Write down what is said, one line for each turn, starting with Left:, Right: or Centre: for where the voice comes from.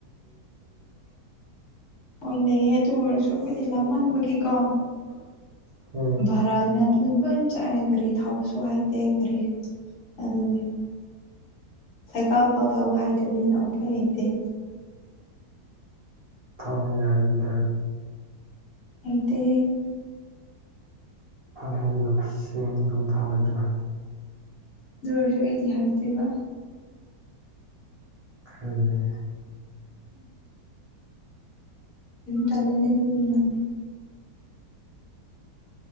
Left: ꯑꯣꯏꯅ ꯂꯩꯌꯦ ꯑꯗꯨ ꯑꯣꯏꯔꯁꯨ ꯑꯩꯈꯣꯏꯗꯤ ꯂꯃꯟꯕꯒꯤꯀꯣ
Right: ꯎꯝ
Left: ꯚꯔꯥꯗꯨꯅ ꯑꯗꯨꯝ ꯂꯣꯏꯅ ꯆꯥꯛꯂꯦ ꯒꯥꯔꯤ ꯊꯥꯎꯕꯁꯨ ꯍꯥꯏꯇꯦ ꯒꯥꯔꯤ ꯑꯗꯨꯒꯤ ꯁꯥꯏꯀꯥꯜ ꯐꯥꯎ ꯊꯥꯕ ꯍꯥꯏꯗꯕꯅꯤꯅ ꯎꯄꯥꯏ ꯂꯩꯇꯦ
Right: ꯊꯧ ꯍ ꯌꯥꯅꯤꯗ
Left: ꯑꯇ
Right: ꯐ ꯅꯨꯁꯤꯡ ꯑꯗꯨꯝ ꯊꯥꯝ ꯑꯣꯏꯗꯅ
Left: ꯑꯗꯨ ꯑꯣꯏꯔꯁꯨ ꯑꯩꯗꯤ ꯍꯥꯏꯗꯦꯕ
Right: ꯐꯅꯦ
Left: ꯇꯂꯦꯅ ꯀꯕꯨ ꯃꯥꯅꯦ